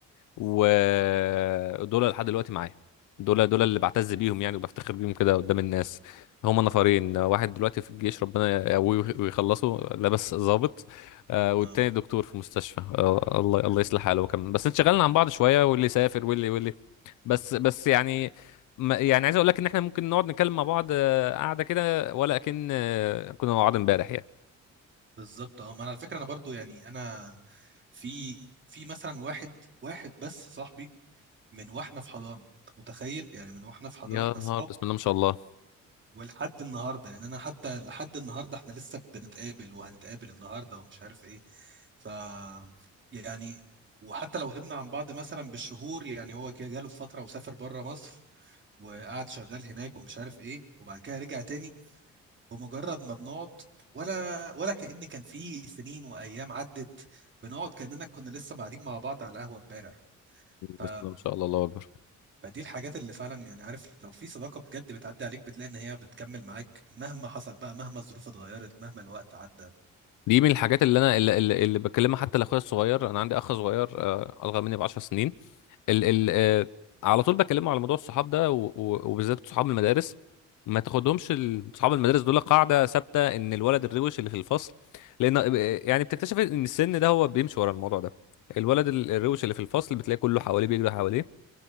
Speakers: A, on the left; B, on the right.
A: ودول لحد دلوقتي معايا دول دول اللي بعتز بيهم يعني وبفتخر بيهم كده قدام الناس هما نفرين واحد دلوقتي في الجيش ربنا يقويه ويخلصه لابس ضابط آه، والتاني
B: اه
A: دكتور في مستشفى آه، الله الله يصلح حاله هو كمان بس انشغلنا عن بعض شوية واللي سافر واللي واللي بس بس يعني ما- يعني عايز اقول لك ان احنا ممكن نقعد نتكلم مع بعض آه، قعدة كده ولا كأن آه، كنا مع بعض امبارح يعني
B: بالظبط اه ما أنا على فكرة أنا برضو يعني أنا في في مثلا واحد واحد بس صاحبي من واحنا في حضانه انت متخيل يعني من واحنا في حضانه
A: يا
B: احنا اصحاب
A: نهار بسم الله ما شاء الله
B: ولحد النهارده يعني انا حتى لحد النهارده احنا لسه بنتقابل وهنتقابل النهارده ومش عارف ايه ف يعني وحتى لو غبنا عن بعض مثلا بالشهور يعني هو كده جاله فتره وسافر بره مصر وقعد شغال هناك ومش عارف ايه وبعد كده رجع تاني بمجرد ما بنقعد ولا ولا كأن كان في سنين وايام عدت بنقعد كأننا كنا لسه قاعدين مع بعض على القهوه امبارح ف
A: بسم الله ما شاء الله الله اكبر
B: فدي الحاجات اللي فعلا يعني عارف لو في صداقة بجد بتعدي عليك بتلاقي ان هي بتكمل معاك مهما حصل بقى مهما الظروف اتغيرت مهما الوقت عدى
A: دي من الحاجات اللي انا اللي, اللي اللي بكلمها حتى لاخويا الصغير انا عندي اخ صغير آه، اصغر مني ب 10 سنين ال ال آه، على طول بكلمه على موضوع الصحاب ده و- و- وبالذات صحاب المدارس ما تاخدهمش ال- صحاب المدارس دول قاعده ثابته ان الولد الروش اللي في الفصل لان آه، يعني بتكتشف ان السن ده هو بيمشي ورا الموضوع ده الولد ال- الروش اللي في الفصل بتلاقي كله حواليه بيجري حواليه